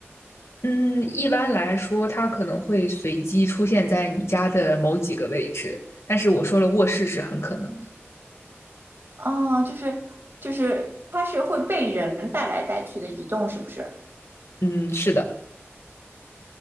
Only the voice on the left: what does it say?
嗯，一般来说，它可能会随机出现在你家的某几个位置，但是我说了，卧室是很可能的。
嗯，是的，